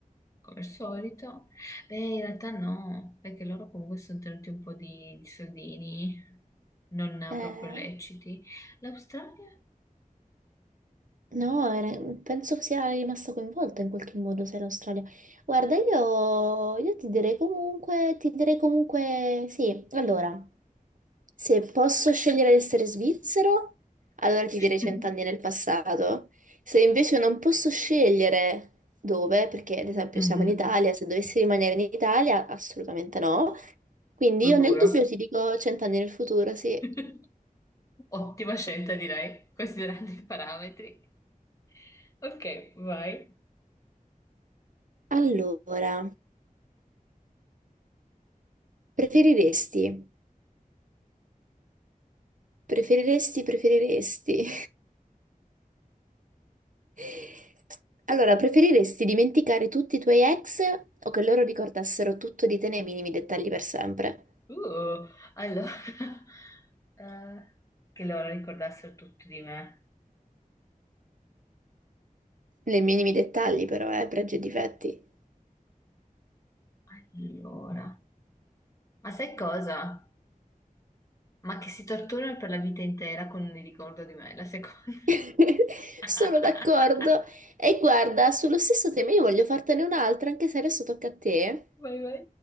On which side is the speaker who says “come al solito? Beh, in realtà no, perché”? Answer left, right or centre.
Left